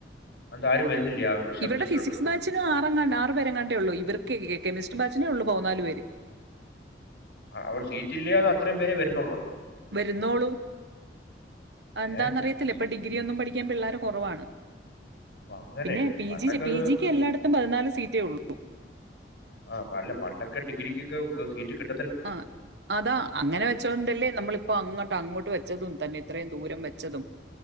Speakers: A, on the left; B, on the right.
A: അത് ആരും വരുന്നില്ലേ ആ സബ്ജക്റ്റിലോട്ട്
B: ഇവിടെ ഫിസിക്സ് ബാച്ചിനും ആറങ്ങാണ്ട് ആറുപേരെങ്ങാണ്ടേ ഉള്ളു ഇവർക്ക് കെമിസ്ട്രി ബാച്ചിനേ ഉള്ളൂ പൗന്നാല് പേര്
A: ആ അവടെ സീറ്റല്ലേയൊ അതെ അത്രയും പേരെ വര വരുന്നോള്ളോ
B: വരുന്നോളൂ അതെന്താന്നറിയത്തില്ല
A: ഏ പി-
B: ഇപ്പൊ ഡിഗ്രി ഒന്നും പഠിക്ക പഠിക്കാൻപിള്ളേർ കുറവാണ്
A: ഓ, അങ്ങനെ
B: പിന്നെ പി
A: പണ്ടൊക്കെ
B: ജി പിജിക്ക്
A: ഒരു-
B: എല്ലാട്ത്തും പതിനാല് സീറ്റേ ഉള്ളൂ
A: ആ പ അല്ല പണ്ടൊക്കെ ഡിഗ്രിക്കൊക്കെ സീറ്റ് കിട്ട
B: ആ അതാ അങ്ങനെ വെച്ചോണ്ടല്ലേ നമ്മളിപ്പോ അങ്ങട്ട് അങ്ങോട്ട് വെച്ചതും തന്നെ ഇത്രയും ദൂരം വെച്ചതും